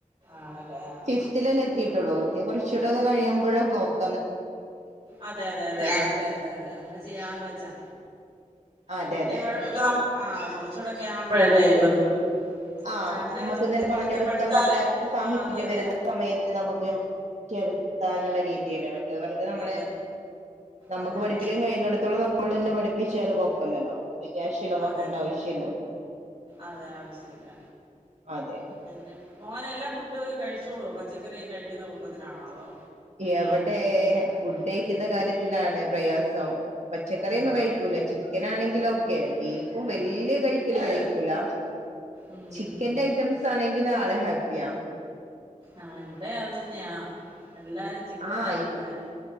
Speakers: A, on the right (about 35°); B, on the right (about 55°).
A: ആണല്ലേ ആഹ്
B: ഫിഫ്തിൽ അല്ലെ എത്തിയിട്ടുള്ളൂ ഇനി കുറ ഇച്ചിരിക്കൂടെ കഴിയുമ്പഴേ നോക്ക്
A: അതെ അതെ അതെ അതെതെ അതെ അങ്ങനെ ചെയ്യാന്ന് വെച്ചാ
B: അതെ
A: വലിയകുഴപ്പ
B: അതെ
A: ന ആ കൊറച്ചൂടെക്കെ ആവുമ്പോഴല്ലേ ഇവർക്കും
B: ആ
A: രണ്ട്
B: നമുക്ക് എന്തേലും
A: രണ്ടിടത്ത്
B: പറഞ്ഞൊടുക്കാൻ
A: പഠിച്ചാല്
B: പറ്റാത്ത സാഹചര്യം
A: ആ അതെ അതെ
B: വരുന്ന സമയത്ത് നമുക്ക് ചെറുതാ എന്നുള്ള രീതിയില് മറ്റ് ഞാൻ പറഞ്ഞു നമ്മളെ
A: അതെ
B: നമ്മുക്ക്
A: അതെ
B: പഠിപ്പിക്കാൻ
A: അതെ
B: കഴിയുന്നിടത്തോളം ന നമ്മള് തന്നെ പഠിപ്പിച്ചാല് കുഴപ്പമില്ലല്ലോ അവരെ ക്യാശ് ചെലവാക്കേണ്ട
A: അതെ അതെ
B: ആവശ്യ ഇല്ലല്ലോ?
A: അതെ ആവശ്യമില്ല
B: അതെ
A: പിന്നെ മോന് എല്ലാ ഫുഡൊക്കെ കഴിച്ചോളൂവോ? പച്ചക്കറിയെക്കെ കഴിക്കുന്ന കൂട്ടത്തിലാണോ അതോ?
B: എവിടെ ഫുഡ് കഴിക്കുന്ന കാര്യത്തിലാണ് പ്രയാസം പച്ചക്കറിയൊന്നും
A: ആ
B: കഴിക്കൂല ചിക്കൻ ആണെങ്കി ഓകെ ബീഫും വല്യ കഴിക്ക <unintelligible> കഴിക്കൂല
A: ഉം
B: ചിക്കന്റെ ഐറ്റംസ് ആണെങ്കിൽ ആളെ ഹാപ്പിയ
A: ആ ഇവിടേം അത് തന്നെയാ എല്ലാരും ചിക്കന്റെ
B: ആഹ്
A: ആൾക്കാരാ